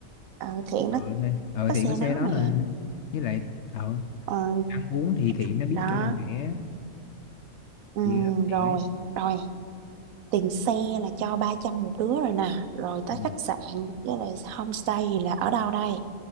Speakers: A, on the right; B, on the left.
A: ờ Thiện
B: ừ,
A: nó
B: này, ờ
A: có
B: Thiện
A: xe
B: có xe
A: đó
B: đó
A: mà
B: mà với lại ờ,
A: ờ
B: ăn uống thì Thiện nó biết
A: đó
B: chỗ nào rẻ
A: ừ,
B: thì Thiện
A: rồi
B: ấy
A: rồi tiền xe là cho 300 một đứa rồi nè rồi tới
B: ừ.
A: khách sạn với lại homestay là ở đâu đây